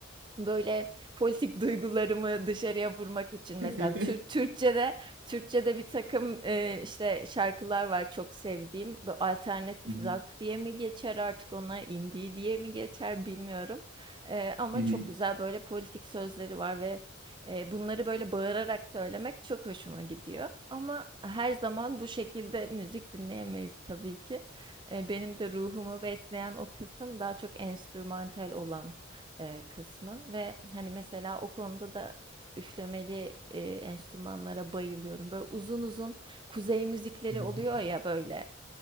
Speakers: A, on the right (about 25°); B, on the right (about 80°).
A: Böyle politik duygularımı dışarıya vurmak için
B: <laughs>
A: mesela Türk Türkçe'de Türkçe'de bir takım e, işte şarkılar var çok sevdiğim. Bu alternatif
B: Hı hı.
A: rock diye mi geçer artık onlar indie diye mi geçer bilmiyorum. E, ama
B: Hı
A: çok güzel böyle politik sözleri var ve e, bunları böyle bağırarak söylemek çok hoşuma gidiyor. Ama her zaman bu şekilde müzik dinleyemeyiz tabii ki. E, benim de ruhumu besleyen o kısım daha çok enstrümantal olan e, kısmı ve hani mesela o konuda da üflemeli e, enstrümanlara bayılıyorum. Böyle uzun uzun kuzey müzikleri
B: hı. <laughs>
A: oluyor ya böyle.